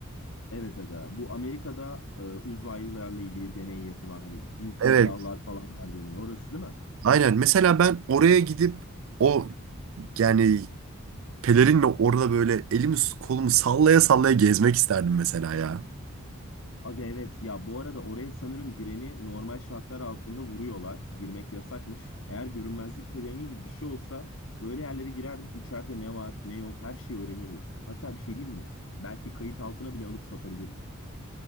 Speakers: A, on the left; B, on the right.
A: Evet aga bu Amerika'da e, uzaylılarla ilgili deney yapılan hani gizli
B: Evet.
A: silahlar falan var deniyor orası değil mi?
B: Aynen. Mesela ben oraya gidip o yani pelerinle orada böyle elimi kolumu sallaya sallaya gezmek isterdim mesela ya.
A: Aga evet ya bu arada oraya sanırım gireni normal şartlar altında vuruyorlar. Girmek yasakmış. Eğer görünmezlik pelerini gibi bir şey olsa öyle yerlere girerdik içeride ne var ne yok her şeyi öğrenirdik. Hatta bir şey diyeyim mi? Belki kayıt altına bile alıp satabilirdik.